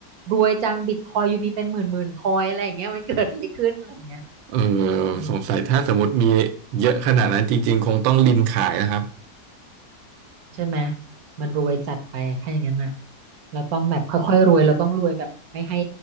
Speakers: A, on the right; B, on the right.
A: รวยจังบิตคอยยูมีเป็นหมื่นหมื่นคอยอะไรอย่างเงี้ยมันเกิดอะไรขึ้นอะไรอย่างเงี้ย
B: เออ
A: อืม
B: สงสัยถ้าสมมติมีเยอะขนาดนั้นจริงๆ คงต้องริมขายนะครับ
A: ใช่ไหมมันรวยจัดไปอะถ้าอย่างนั้นอ่ะเราต้องแบบค่อยๆรวยเราต้องรวยแบบไม่ให้